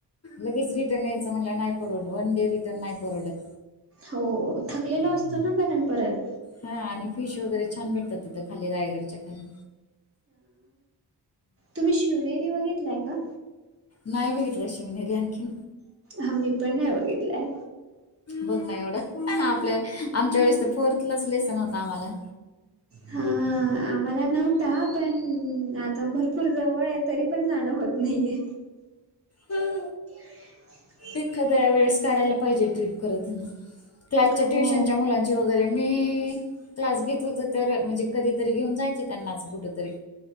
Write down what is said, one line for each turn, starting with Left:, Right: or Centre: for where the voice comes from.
Left: लगेच रिटर्न यायचं म्हटलं नाही परवडत, वन डे रिटर्न नाही परवडत.
Right: हो थकलेल असतो ना कारण परत.
Left: हा आणि फिश वगैरे छान भेटतात तिथं खाली रायगडच्या खाली.
Right: तुम्ही शिवनेरी बघितलाय का?
Left: नाही बघितल्या शिवनेरी आणखी.
Right: हा मी पण नाही बघितलंय.
Left: बघ ना एवढं आपल्या आमच्या वेळेस तर फोर्थलाच लेसन होता आम्हाला.
Right: हा आम्हाला नव्हता पण आता भरपूर जवळ आहे तरी पण जाणं होत नाहीये.
Left: हम्
Right: <inaudible>
Left: एखाद्या वेळेस काढायला पाहिजे ट्रीप करत, क्लासच्या
Right: हो.
Left: ट्युशनच्या मुलां म्हण वगैरे मी क्लास घेत होत तर म्हणजे कधीतरी घेऊन जायचे त्यांनाच कुठ तरी.